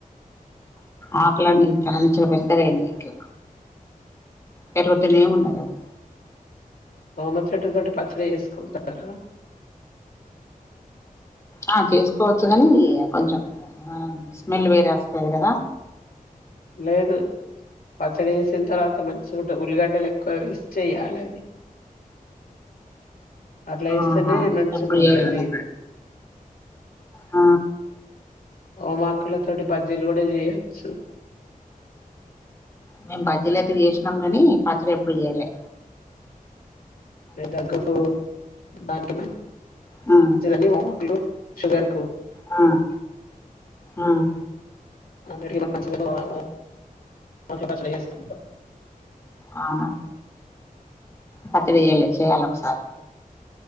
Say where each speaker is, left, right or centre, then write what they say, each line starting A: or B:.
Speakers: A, on the left; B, on the left.
A: ఆకులన్నీ ఇట్ల మంచిగ పెద్దగైనయ్ ఇట్లా పెరుగుతానే ఉన్నదది
B: వోమ చెట్టు తోటి పచ్చడ చేసుకుంటార
A: ఆ చేసుకోవచ్చు గాని కొంచం స్మెల్ వేరే వస్తది గదా
B: లేదు పచ్చడి జేసిన్ తర్వాత మంచిగుంట ఉల్లిగడ్డలు ఎక్కువ వేస్ చేయాలది అట్ల యేస్తేనే
A: ఆహా
B: మంచిగుంటది.
A: ఎప్పుడు చేయలేదా ఆ
B: ఓమాకులతోటి బజ్జిలు గూడా జేయొచ్చు
A: మేం బజ్జీలయితే జేసినం గనీ పచ్చడి ఎప్పుడు జేయలే
B: దగ్గుకు దానికి మన్
A: ఆ
B: చిదని ఓమాకులు షుగర్కు
A: అహ్ అహ్
B: <inaudible>
A: అవునా పచ్చడి జేయాలే చేయాలొకసారి